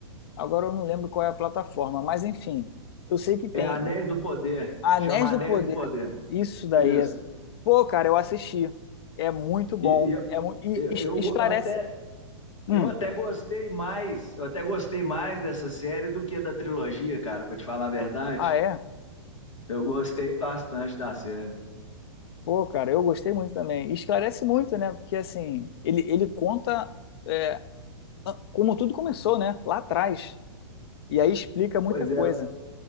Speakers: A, on the left; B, on the left.
A: Agora eu não lembro qual é a plataforma, mas enfim, eu sei que tem
B: É Anéis do Poder,
A: Anéis
B: chama Anéis
A: do Poder.
B: do Poder.
A: Isso daí.
B: Isso.
A: é- Pô, cara, eu assisti. É muito bom.
B: E, e Eu,
A: É mu... E es-
B: eu,
A: esclarece.
B: eu até,
A: Hum.
B: eu até gostei mais, eu até gostei mais dessa série do que da trilogia, cara, pra te falar a verdade.
A: Ah, é?
B: Eu gostei bastante da série.
A: Pô, cara, eu gostei muito também. E esclarece muito, né? Porque assim, ele, ele conta é, a- como tudo começou, né? Lá atrás. E aí explica muita
B: Pois
A: coisa.
B: é,